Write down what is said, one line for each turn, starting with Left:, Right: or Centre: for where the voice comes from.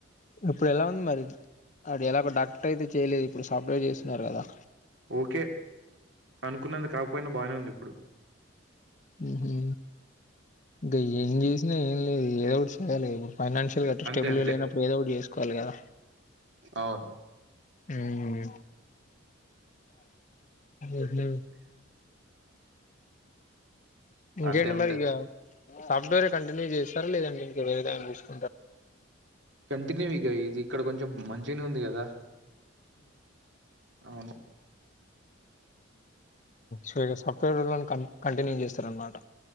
Left: ఇప్పుడు ఎలా ఉంది మరి అది ఎలా ఒక డాక్టర్ అయితే చేయలేదు ఇప్పుడు సాఫ్ట్వేర్ చేస్తున్నారు కదా
Right: ఓకే అనుకున్నంత కాకపోయినా బానే ఉంది ఇప్పుడు
Left: ఉమ్ హు ది ఏం చేసినా ఏం లేదు ఏదోకటి చేయ్యాలి <unintelligible> ఫైనాన్షియల్గా అట్ట
Right: అంతే
Left: స్టేబుల్
Right: అంతే
Left: గా లేనప్పుడు ఏదో ఒకటి చేసుకోవాలి కదా
Right: అవును
Left: హ్మ్ ఉంహు ఇంకేంటి
Right: అంతే ఉంటది
Left: మరిగా సాఫ్ట్వేరే కంటిన్య చేస్తారా లేదంటె ఇంకా వేరే ఏదైనా చూస్కు
Right: కంటిన్యూ ఇక ఇది ఇక్కడ కొంచెం మంచిగానే ఉంది కదా అవును
Left: సప్తహ క కంటిన్యూ చేస్తారనమాట